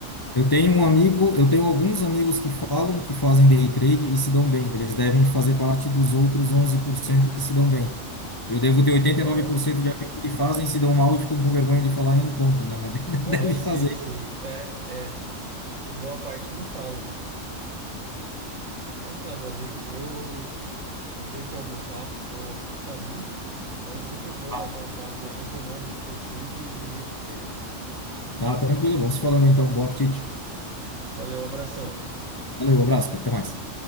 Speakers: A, on the left; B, on the right.
A: Eu tenho um amigo, eu tenho alguns amigos que falam que fazem day trade e se dão bem. Eles devem fazer parte dos outros 11% que se dão bem. Eu devo ter 89%
B: Aham,
A: de amigos que fazem, se dão mal e ficam com vergonha de falar e não contam, né? Mas <laughs>
B: aham,
A: deve
B: sim,
A: fazer.
B: sim. É, é. Acho que boa parte não fala aí. Então tá, meu amigo, eu, eu tenho que almoçar, tô faminto, mas é sempre bom
A: Ah,
B: bater um papo econômico contigo e de investimento.
A: Tá, tranquilo. Vamos se falando então. Bom apetite.
B: Valeu, abração.
A: Valeu, um abraço, cara. Até mais.